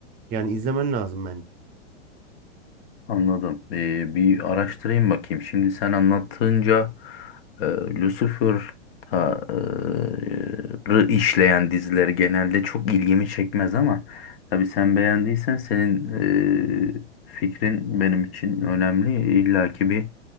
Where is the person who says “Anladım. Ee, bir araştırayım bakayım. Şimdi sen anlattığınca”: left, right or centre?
Left